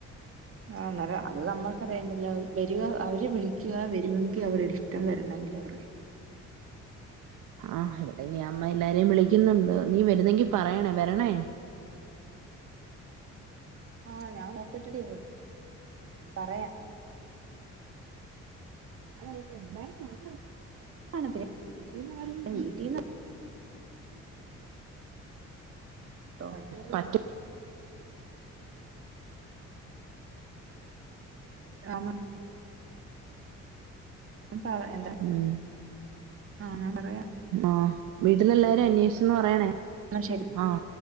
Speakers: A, on the right; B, on the right.
A: ആ അന്നരം അത് നമ്മുക്ക് അറിയേണ്ടല്ലോ വരുക അവര് വിളിക്കുക വരുമെങ്കിൽ അവരുടെ ഇഷ് ടം വരണ്ടാങ്കിലും അവർടെ ഇഷ്ടം
B: ആ് ഇവിടെ ഇനീ അമ്മ എല്ലാരെയും വിളിക്കുന്നുണ്ട് നീ വരുന്നെങ്കി പറയണേ വരണേ
A: ആഹ ഞാൻ നോക്കട്ടടി പറയാം
B: അതഇപ്പ എന്തായലും ഞാൻ കാണും
A: കാണത്തില്ല
B: വിട്ടുന്നരും
A: വീട്ടീന്ന് തൊക്കെന്നുള്ളു
B: പറ്റും
A: <unintelligible> <unintelligible> ഞാൻ പറ എന്താ
B: ഉം
A: ആഹ് ഞാൻ പറയാ ആഹ്
B: ആ വീട്ടില്
A: വീട്ടിലെല്ലാരും
B: എല്ലാരെ അന്വേഷിച്ചന്ന്
A: അന്വേഷിച്ചെന്ന്
B: പറയണേ
A: പറയ് എന്നാ ശരി
B: ആഹ